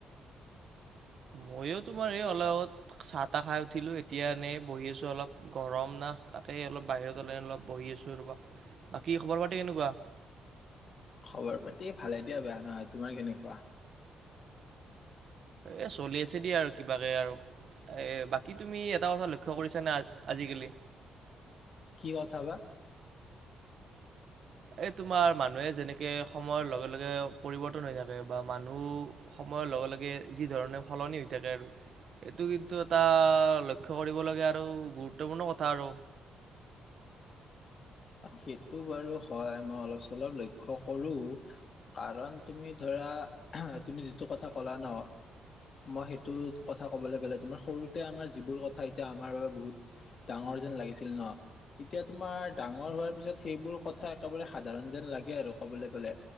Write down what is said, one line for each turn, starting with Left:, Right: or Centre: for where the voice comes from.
Right: মইও তোমাৰ এই অলপ আগত চাহ তাহ খাই উঠিলো এতিয়া এনেই বহি আছো অলপ গৰম না। তাকে অলপ বাহিৰত ওলাই অলপ বহি আছো ৰবা বাকী খবৰ খাতি কেনেকুৱা
Left: খবৰ পাতি ভালে দিয়া বেয়া নহয় তোমাৰ কেনেকুৱা
Right: এ চলি আছে দিয়া আৰু কিবাকে আৰু। এ বাকী তুমি এটা কথা লক্ষ্য কৰিছা নে আজিকালি
Left: কি কথা বা?
Right: এই তোমাৰ মানুহে যেনেকে সময়ৰ লগে লগে পৰিৱৰ্তন হৈ থাকে বা মানুহ। সময়ৰ লগে লগে যি ধৰণে সলনি হৈ থাকে আৰু। এইটো কিন্তু এটা লক্ষ্য কৰিবলগীয়া আৰু গুৰুত্বপূৰ্ণ কথা আৰু।
Left: <unintelligible> সেইটো বাৰু হয় মই অলপ চলপ লক্ষ্য কৰো কাৰণ তুমি ধৰা তুমি যিটো কথা ক'লা ন মই সেইটো কথা কবলৈ গ'লে তোমাৰ সৰুতে আমাৰ যিবোৰ কথা এতিয়া আমাৰ বাবে বহুত ডাঙৰ। যেন লাগিছিল ন, এতিয়া তোমাৰ ডাঙৰ হোৱাৰ ত পিছত সেইবোৰ কথা একেবাৰে সাধাৰণ যেন লাগে আৰু ক'বলৈ গলে।